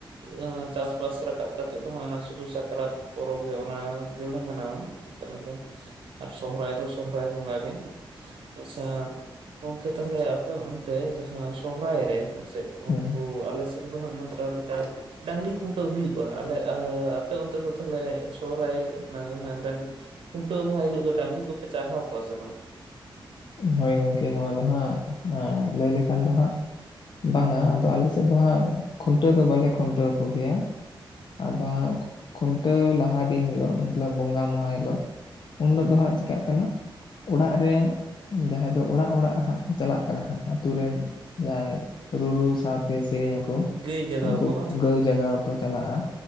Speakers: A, on the right; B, on the left.
A: ᱡᱟᱦᱟᱸ ᱪᱟᱥᱼᱵᱟᱥ ᱨᱟᱠᱟᱵ ᱠᱟᱛᱮᱫ ᱫᱚ ᱦᱟᱸᱜ ᱚᱱᱟ ᱥᱩᱫᱩ ᱥᱟᱠᱨᱟᱛ ᱯᱚᱨᱚᱵ ᱜᱮ ᱚᱱᱟ ᱜᱮᱞᱮ ᱢᱟᱱᱟᱣᱟ ᱤᱛᱚᱜ ᱞᱮᱠᱟ ᱟ ᱥᱚᱦᱨᱟᱭ ᱫᱚ ᱥᱚᱦᱨᱟᱭ ᱵᱚᱸᱜᱟ᱾ ᱮ ᱟᱥᱥᱟ ᱜᱚᱝᱠᱮ ᱛᱟᱦᱚᱞᱮ ᱟᱯᱮ ᱚᱱᱛᱮ ᱡᱟᱦᱟᱸ ᱥᱚᱦᱨᱟᱭ ᱨᱮ ᱟᱨᱪᱮᱫ ᱩᱱᱠᱩ
B: ᱦᱮᱸ
A: ᱟᱞᱮ ᱩᱱ ᱫᱚ ᱦᱟᱸᱜ ᱱᱚᱝᱠᱟ ᱞᱮᱠᱟ, ᱰᱟᱝᱨᱤ ᱠᱷᱩᱱᱴᱟᱹᱣ ᱦᱩᱭᱩᱜᱼᱟ, ᱟᱞᱮ ᱟᱻ ᱟᱯᱮ ᱚᱱᱛᱮ ᱫᱚ ᱛᱟᱦᱚᱞᱮ ᱥᱚᱦᱨᱟᱭ ᱰᱟᱹ ᱰᱟᱹᱝ ᱠᱷᱩᱱᱴᱟᱹᱣ ᱢᱟᱦᱟ ᱦᱤᱞᱳᱜ ᱫᱚ ᱰᱟᱝᱨᱤ ᱠᱚᱯᱮ ᱪᱟᱨᱦᱟᱣ ᱠᱚᱣᱟ ᱥᱮ ᱵᱟᱝ?
B: ᱦᱳᱭ ᱜᱚᱝᱠᱮ ᱱᱚᱣᱟ ᱫᱚ ᱦᱟᱸᱜ ᱟᱸ ᱞᱟᱹᱭ ᱞᱮ <unintelligible> ᱮᱠᱷᱟᱱ ᱫᱚ ᱦᱟᱸᱜ ᱵᱟᱝ ᱟ ᱟᱫᱚ ᱟᱞᱮ ᱥᱮᱫ ᱫᱚ ᱦᱟᱸᱜ ᱠᱷᱩᱱᱴᱟᱹᱣ ᱫᱚ ᱵᱟᱞᱮ ᱠᱷᱩᱱᱴᱟᱹᱣ ᱠᱚ ᱜᱮᱭᱟ, ᱟᱫᱚ ᱦᱟᱜ ᱠᱷᱩᱱᱴᱟᱹᱣ ᱞᱟᱦᱟ ᱫᱤᱱ ᱦᱤᱞᱳᱜ ᱢᱚᱛᱞᱚᱵ ᱵᱚᱸᱜᱟ ᱢᱟᱦᱟ ᱦᱤᱞᱳᱜ, ᱩᱱᱤᱞᱳᱜ
A: ᱦᱮᱸ
B: ᱫᱚ ᱦᱟᱸᱜ ᱪᱮᱤᱠᱟᱹᱜ ᱠᱟᱱᱟ ᱚᱲᱟᱜ ᱨᱮ, ᱡᱟᱦᱟᱸᱭ ᱫᱚ ᱚᱲᱟᱜ ᱚᱲᱟᱜ ᱦᱟᱸᱜ, ᱪᱟᱞᱟᱜ ᱠᱟᱱᱟ ᱦᱟᱸᱜ ᱟᱛᱩ ᱨᱮᱱ ᱡᱟᱦᱟᱸᱭ ᱨᱩᱨᱩ ᱥᱟᱶᱛᱮ ᱥᱮᱨᱮᱧ ᱟᱠᱚ,
A: ᱜᱟᱹᱭ ᱡᱟᱜᱟᱣ
B: ᱩᱱᱠᱩ
A: ᱠᱚᱣᱟ ᱵᱟᱝ
B: ᱜᱟᱹᱭ ᱡᱟᱜᱟᱣ ᱠᱚ ᱪᱟᱞᱟᱜᱼᱟ᱾